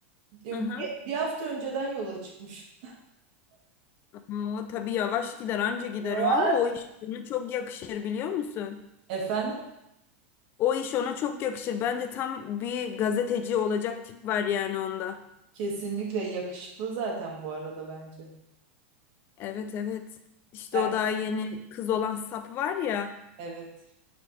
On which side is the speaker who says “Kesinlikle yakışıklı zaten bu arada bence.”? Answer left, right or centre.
Right